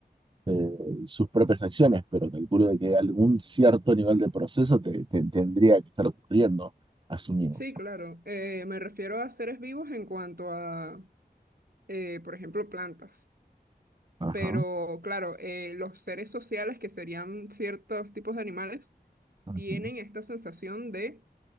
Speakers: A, on the right; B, on the right.
A: eh, sus propias acciones, pero calculo de que algún cierto nivel de proceso te, te tendría que estar ocurriendo, asumimos.
B: Sí, claro. Eh, me refiero a seres vivos en cuanto a, eh, por ejemplo, plantas.
A: Ajá,
B: Pero claro, eh, los seres sociales, que serían ciertos tipos de animales,
A: ajá.
B: tienen esta sensación de